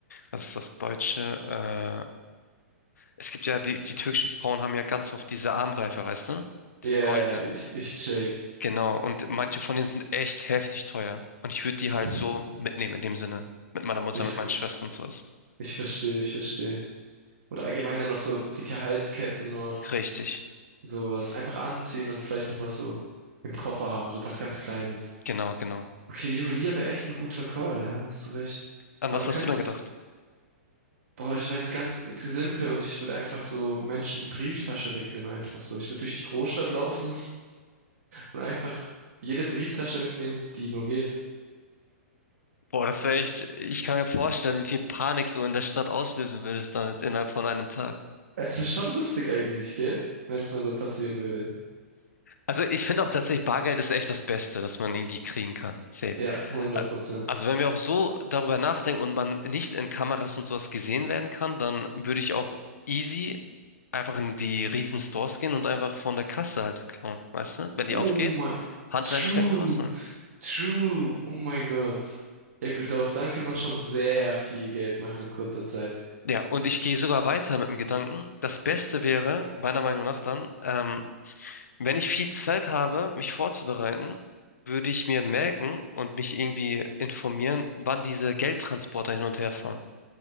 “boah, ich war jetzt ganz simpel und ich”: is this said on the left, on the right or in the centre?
Right